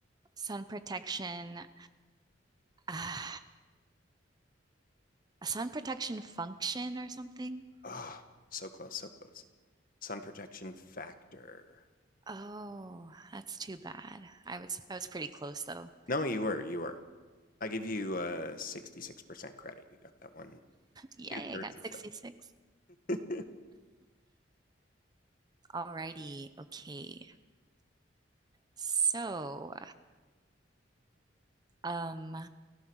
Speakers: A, on the right (about 20°); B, on the left (about 50°).
A: sun protection, uh, a sun protection function or something.
B: Oh, so close, so close. Sun protection factor.
A: Oh, that's too bad. I was I was pretty close though.
B: No, you were, you were. I give you uh 66% credit. You got that one
A: Yay,
B: two thirds
A: I got
B: of
A: 66.
B: the way.
A: Alrighty, okay. So, um,